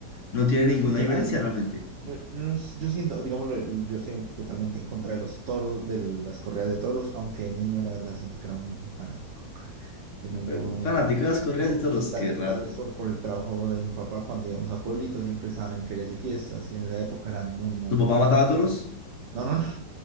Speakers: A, on the left (about 50°); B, on the right (about 50°).
A: no tiene ninguna
B: Es que,
A: diferencia
B: a ver,
A: realmente.
B: Yo, yo, yo siento, digámoslo, yo estoy totalmente en contra de los toros, de las corridas de toros, aunque de niño la verdad siento que era un, un fanático. <laughs> De
A: Eh,
B: niño,
A: Fanático de las correas
B: o
A: de toros,
B: tal,
A: qué raro.
B: tal vez por, por el trabajo de mi papá, cuando íbamos a pueblitos siempre estaban en ferias y fiestas, y en esa época era muy normal.
A: ¿Tu papá mataba toros?
B: No, no, no,